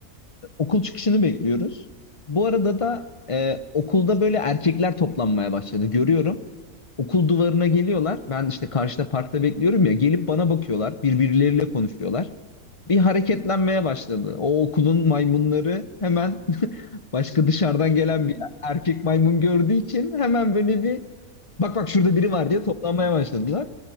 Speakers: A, on the left (about 30°); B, on the right (about 50°).
A: okul çıkışını bekliyoruz. Bu arada da e, okulda böyle erkekler toplanmaya başladı. Görüyorum. Okul duvarına geliyorlar. Ben işte karşıda parkta bekliyorum ya. Gelip bana bakıyorlar. Birbirleriyle konuşuyorlar. Bir hareketlenmeye başladı. O okulun maymunları hemen <laughs> başka dışarıdan
B: <laughs> Hadi.
A: gelen bir erkek maymun gördüğü için hemen böyle bir bak bak şurada biri
B: <laughs>
A: var diye toplanmaya başladılar.